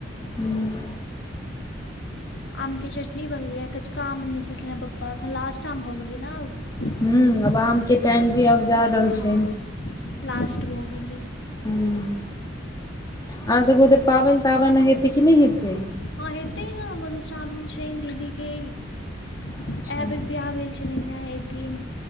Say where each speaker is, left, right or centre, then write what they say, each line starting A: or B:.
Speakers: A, on the left (about 20°); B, on the left (about 60°).
A: हूँ।
B: आमके चटनी बनलैये कचका आम अनने छलखिन हँ पप्पा एखन लास्ट आम भऽ गेलै नऽ।
A: हूॅं आब आम के टाइम भी आब जा रहल
B: हँ
A: छै।
B: लास्ट भऽ गेलै।
A: हूॅं अहां सब क ओतऽ पाबनि- ताबनि हेतै की नै हेतै?
B: हँ हेतेै ने मधुश्रामणी छैन दीदी के। एहेए
A: अच्छा
B: बेर बियाह भेल छलनि हें एथिन।